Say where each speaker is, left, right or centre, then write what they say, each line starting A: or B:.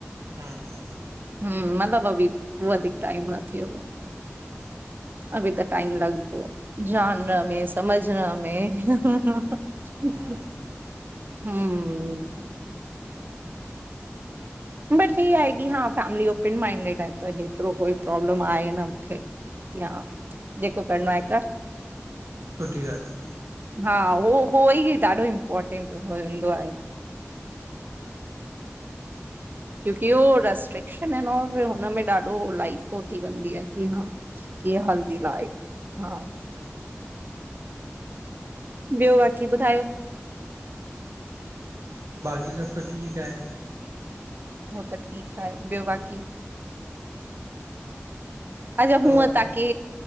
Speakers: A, on the right (about 80°); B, on the right (about 45°).
A: हुं हुं।
B: हुं मतिलब अभी वधीक टाइम न थियो आ।
A: हुं।
B: अभी त टाइम लॻंदो जानण
A: हूं
B: में समझण में हुं हुं
A: हूं
B: हूं! हुं! बट हीअ आहे की हा फैमिली ओपन माइंडिड आहे त हेतिरो कोई प्रॉब्लम आहे न मूंखे। हा जेको करणो आहे कर
A: सुठी ॻाल्हि
B: हा हो होई ॾाढो इमपोर्टेंट हु हूंदो आहे। क्योकी हो रेस्ट्रेंक्शन आहिन और हुनमें ॾाढो लाइफ पो थी वेंदी आहे की हा कीअं हल्दी लाईफ? हा
A: हा
B: ॿियो बाक़ी ॿुधायो?
A: बाक़ी सब त ठीक आहे।
B: हो त ठीक आहे। ॿियो बाक़ी? अच्छा
A: सभ
B: हूअं त के